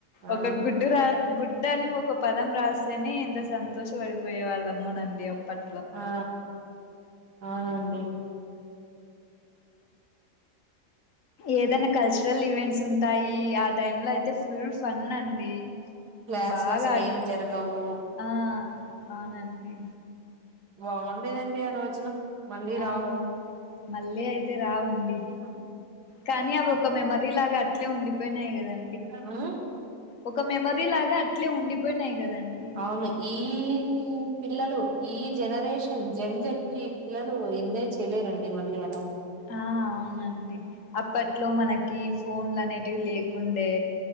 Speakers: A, on the right; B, on the left.
A: ఆ
B: ఒక గుడ్డు రా గుడ్ అని ఒక పదం రాస్తేనే ఎంత సంతోష పడిపోయే వాళ్ళమోనండి అప్పట్
A: ఆ ఆ అండి
B: ఏదైనా కల్చరల్ ఈవెంట్స్ ఉంటాయి ఆ టైంలో అయితే ఫుల్ ఫన్నండి
A: క్లాసులు
B: బాగా
A: అసలు
B: ఆడుకున్
A: ఏం జరగవు
B: ఆ అవునండి
A: బాగుండేదండి ఆ రోజులు మళ్ళీ
B: అవును
A: రావు
B: మళ్ళీ అయితే రావండి
A: ఉమ్
B: కానీ అవి ఒక మెమరీ లాగా అట్లే ఉండిపోయినాయి కదండి
A: మ్మ్
B: ఒక మెమరీ లాగా అట్లే ఉండిపోయినాయి కదాండి
A: అవును ఈ పిల్లలు ఈ జనరేషన్ జంజట్టి పిల్లలు ఎంజాయ్ చేయలేరండి మళ్ళీ అలా
B: ఆ అవునండి అప్పట్లో మనకి ఫోన్లు అనేటివి లేకుండే